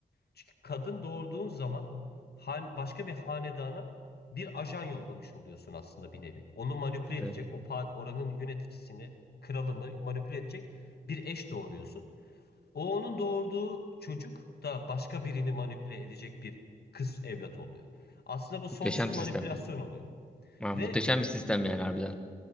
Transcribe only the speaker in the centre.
Evet.
Muhteşem
sistem yani.
Ha,
muhteşem bir sistem yani harbiden.